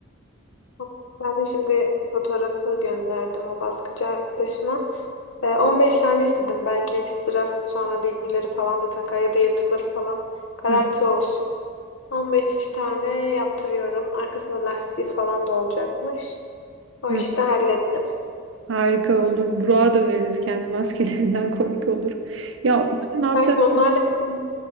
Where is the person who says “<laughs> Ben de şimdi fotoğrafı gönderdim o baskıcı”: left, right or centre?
Left